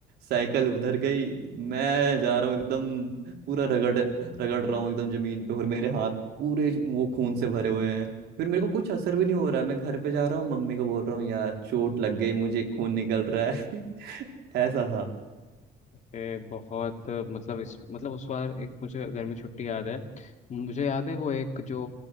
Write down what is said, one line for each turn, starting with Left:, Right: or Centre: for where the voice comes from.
Right: साइकिल उधर गई मैं जा रहा हूँ एकदम पूरा रगड़ रगड़ रहा हूँ एकदम जमीन पे और मेरे हाथ पूरे वो खून से भरे हुए हैं फिर मेरे को कुछ असर भी नहीं हो रहा मैं घर पे जा रहा हूँ मम्मी को बोल रहा हूँ यार चोट लग गई मुझे खून निकल रहा है <laughs> ऐसा था
Left: ए, बहुत मतलब इस मतलब उस बार एक मुझे गर्मी छुट्टी याद है मुझे याद है वो एक जो